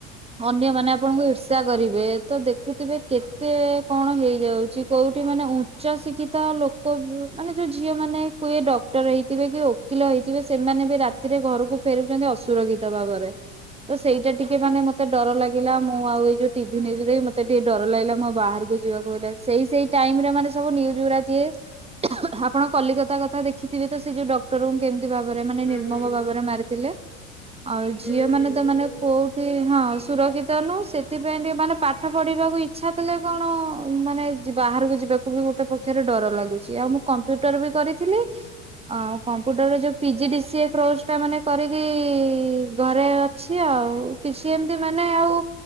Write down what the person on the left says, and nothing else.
<inaudible>
ହୁଁ ହୁଁ
ହୁଁ
ହୁଁ
ସେ
ତ